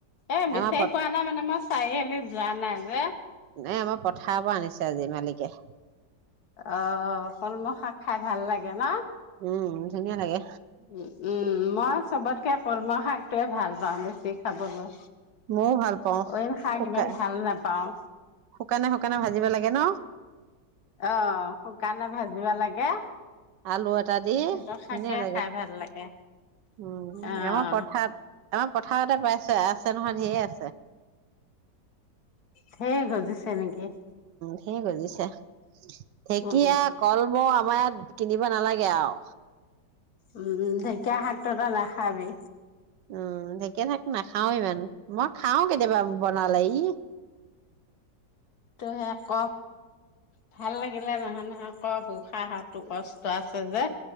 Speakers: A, on the left (about 60°); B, on the right (about 75°).
A: এ
B: আমাৰ
A: বিচাৰি
B: প
A: পোৱা নাই মানে মই চাৰিআলিত যোৱা নাই যে।
B: নাই আমাৰ পথাৰৰ পৰা আনিছে আজি মালিকে।
A: অ কলমৌ শাক খাই ভাল লাগে ন।
B: উম। ধুনীয়া লাগে।
A: উ উম মই চবতকে কলমৌ শাকটোৱে ভাল পাওঁ বেছি খাবলৈ।
B: ময়ও ভাল পাও
A: অইন শাক
B: শুকান
A: ইমান ভাল নাপাও।
B: শুকানে শুকানে ভাজিব লাগে ন?
A: অ' শুকানে ভাজিব লাগে।
B: আলু এটা দি
A: সেইটো শাকে
B: ধুনীয়া লাগে
A: খাই ভাল লাগে।
B: উম
A: অ',
B: আমাৰ পথাৰত আমাৰ পথাৰতে পাইছে আ। আছে নহয় <unintelligible> আছে
A: ধেৰ গজিছে নেকি?
B: ধেই গজিছে। ঢেকীয়া
A: উম,
B: কলমৌ আমাৰ ইয়াত কিনিব নালাগে আৰু
A: উম ঢেঁকীয়া শাকটো তই নাখাবি
B: উম ঢেঁকীয়া থাক নাখাও ইমান মই খাও কেতিয়াবা বনালে ইহ।
A: তহেক্ক ভাল লাগিলে নহয়। তো আকৌ উশাহটো কষ্ট আছে যে